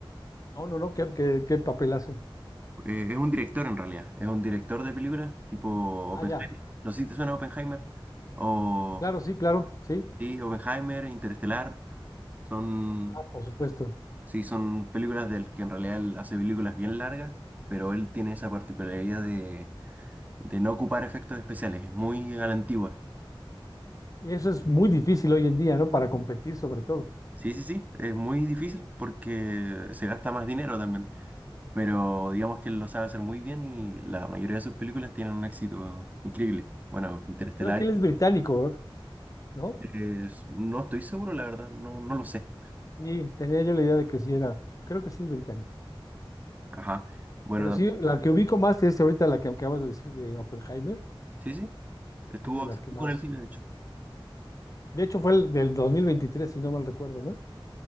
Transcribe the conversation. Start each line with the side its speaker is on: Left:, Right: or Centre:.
Left: No, no, no, ¿qué, qué, qué papel hace?
Right: Eh, es un director en realidad, es un director de películas tipo Oppenheimer.
Left: Ah, ya,
Right: No sé si te suena Oppenheimer. O
Left: claro, sí, claro, sí.
Right: sí, Oppenheimer, Interestelar. Son,
Left: Ah, por supuesto.
Right: sí, son películas del que en realidad él hace películas bien largas, pero él tiene esa particularidad de, de no ocupar efectos especiales. Es muy a la antigua.
Left: Y eso es muy difícil hoy en día, ¿no? Para competir sobre todo.
Right: Sí, sí, sí, es muy difícil porque se gasta más dinero también. Pero digamos que él lo sabe hacer muy bien y la mayoría de sus películas tienen un éxito increíble. Bueno, Interestelar.
Left: Creo que él es británico, ¿no?
Right: Es- no estoy seguro, la verdad, no, no lo sé.
Left: Sí, tenía yo la idea de que sí era, creo que sí es británico.
Right: Ajá. Bueno,
Left: Pero
Right: también.
Left: sí, la que ubico más es ahorita la que acabas de decir de Oppenheimer,
Right: Sí, sí. Estuvo
Left: es de las
Right: hace
Left: que
Right: poco
Left: más
Right: en el cine, de hecho.
Left: De hecho, fue el del 2023 si no mal recuerdo, ¿no?